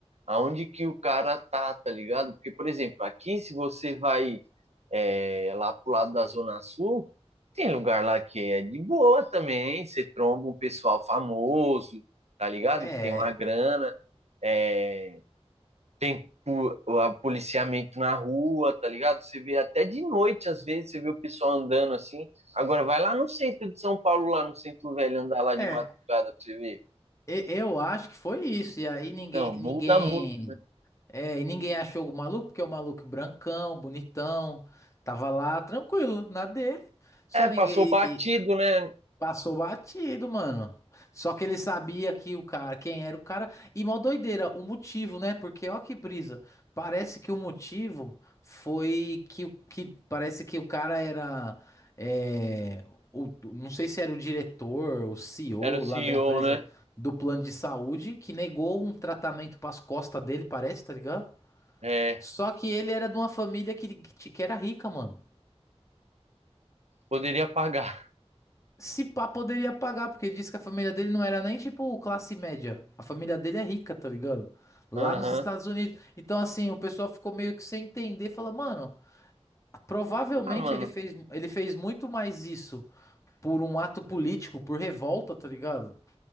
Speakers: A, on the right; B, on the left.
A: aonde que o cara tá, tá ligado? Porque, por exemplo, aqui, se você vai é, lá pro lado da Zona Sul, tem lugar lá que é de boa também, você tromba um pessoal famoso, tá ligado?
B: É.
A: Que tem uma grana, é, tem pu- a- policiamento na rua, tá ligado? Você vê até de noite, às vezes, você vê o pessoal andando assim. Agora, vai lá no centro de São Paulo, lá no centro velho, andar lá
B: É.
A: de madrugada pra você ver.
B: e- Eu acho que foi isso. E aí ninguém,
A: não muda
B: ninguém.
A: muito.
B: É, e ninguém achou o maluco, porque o maluco brancão, bonitão, tava lá tranquilo, na dele. Só
A: É, passou
B: ninguém
A: batido,
B: e- e
A: né?
B: passou batido, mano. Só que ele sabia que o cara, quem era o cara. E mó doideira, o motivo, né? Porque ó que brisa. Parece que o motivo foi que, o- que parece que o cara era é, o, não sei se era o diretor, o CEO
A: Era o CEO,
B: lá da empresa
A: né?
B: do plano de saúde que negou um tratamento para as costas dele, parece, tá ligado?
A: É,
B: Só que ele era de uma família que, que ti- que era rica, mano.
A: poderia pagar.
B: Se pá, poderia pagar, porque ele disse que a família dele não era nem tipo classe média. A família dele é rica, tá ligado? Lá
A: Aham.
B: nos Estados Unidos. Então, assim, o pessoal ficou meio que sem entender. Fala, mano, provavelmente
A: Ah, mano,
B: ele fez, ele fez muito mais isso por um ato político, por revolta, tá ligado?